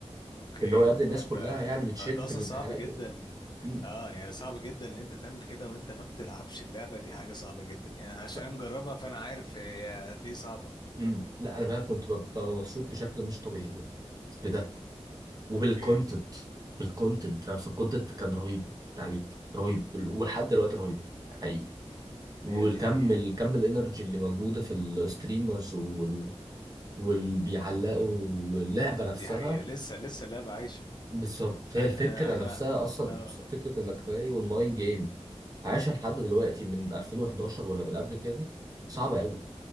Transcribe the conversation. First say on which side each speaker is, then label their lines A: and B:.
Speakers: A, on the left (about 40°); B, on the right (about 35°).
A: اوكي
B: اللي هو يا ابني الناس
A: هو انت
B: كلها يعني بتشد
A: هو انت اصلا
B: في الامتحانات
A: صعب جدا
B: و... مم.
A: اه يعني صعب جدا ان انت تعمل كده وانت ما بتلعبش اللعبه دي حاجه صعبه جدا يعني عشان
B: ص-
A: أنا مجربها فانا عارف هي قد ايه صعبه
B: مم. لا انا بقى كنت ببقى مبسوط بشكل مش طبيعي بقى. بده وبالكونتنت
A: اوكي
B: بالكونتنت نفسه الكونتنت كان رهيب تعليق رهيب ولحد دلوقتي رهيب حقيقي
A: امم
B: والكم
A: هي دي حقيقه
B: الكم الانرجي اللي موجوده في الستريمرز وال... واللي بيعلقوا اللعبه نفسها
A: دي حقيقه لسه لسه اللعبه عايشه
B: بالظبط هي
A: انا
B: الفكره
A: انا
B: نفسها اصلا
A: اه
B: فكره انك تلاقي اونلاين جيم عايشه لحد دلوقتي من 2011 ولا من قبل كده صعبه قوي